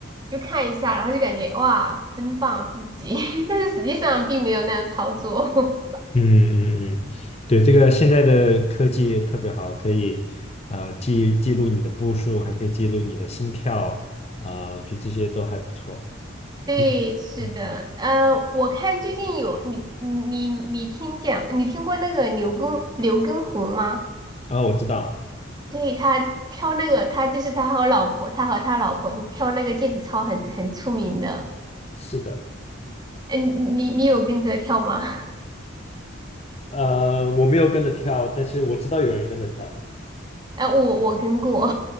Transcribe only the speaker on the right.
就看一下，然后就感觉哇真棒自己，<laughs> 但是实际上并没有那样操作。<laughs>
对，
是的，
嗯，我看最近有你你你听见，你听过那个刘畊刘畊宏吗？
对，他跳那个，他就是他和老婆，他和他老婆跳那个毽子操很很出名的。
嗯，你你有跟着跳吗？<laughs>
哎、我我跟过，